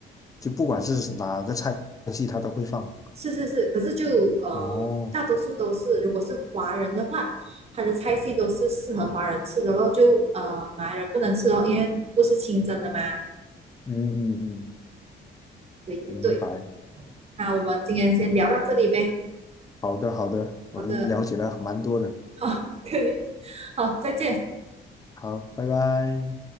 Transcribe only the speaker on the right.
是是是，可是就呃，
大多数都是，如果是华人的话，它的菜系都是适合华人吃的咯，就呃马来人不能吃哦，因为不是清真的嘛。
对对对，
那我们今天先聊到这里呗。
好的，好，可以，好，再见。